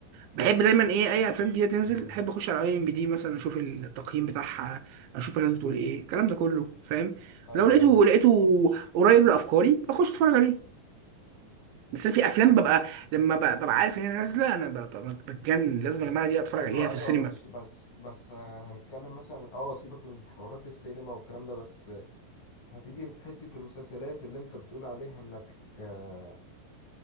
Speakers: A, on the right; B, on the left.
A: بحب دايما ايه اي افلام جديده تنزل
B: مم.
A: بحب اخش على اي ام بي دي مثلا اشوف التقييم بتاعها اشوف الناس بتقول ايه الكلام ده كله فاهم
B: ايوه
A: لو لقيته
B: ايوه
A: لقيته قريب لافكاري بخش اتفرج عليه بس أنا في افلام
B: ما-
A: ببقى لما ب- ببقى عارف ان هي نازله انا ب- ب- بتجنن لازم يا جماعه دي اتفرج
B: ايوه
A: عليها في
B: ايوه
A: السينما
B: ماشي بس بس آه، هنتكلم مثلا اه سيبك من حوارات السينما والكلام ده بس هتيجي حتة المسلسلات اللي انت بتقول عليها انك آه،